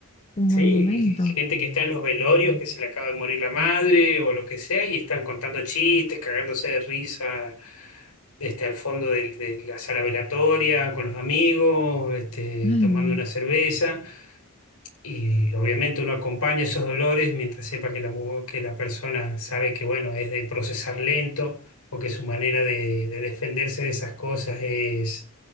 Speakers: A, on the left; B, on the left.
A: un
B: sí,
A: buen
B: y
A: momento.
B: gente que está en los velorios, que se le acaba de morir la madre o lo que sea y están contando chistes, cagándose de risa. Este, al fondo del- de la sala velatoria, con los amigos, este,
A: Ay,
B: tomando
A: no.
B: una cerveza. Y obviamente uno acompaña esos dolores mientras sepa que la, mu- que la persona sabe que, bueno, es de procesar lento o que su manera de, de defenderse de esas cosas es,